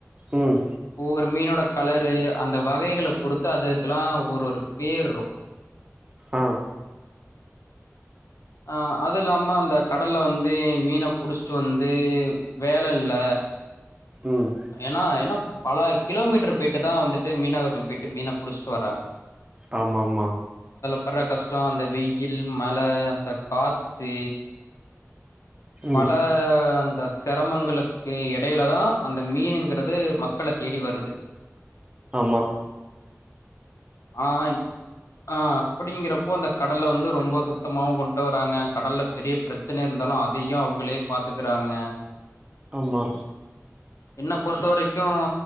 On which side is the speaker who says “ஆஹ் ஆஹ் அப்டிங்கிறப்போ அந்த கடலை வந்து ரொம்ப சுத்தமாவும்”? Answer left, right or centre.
Left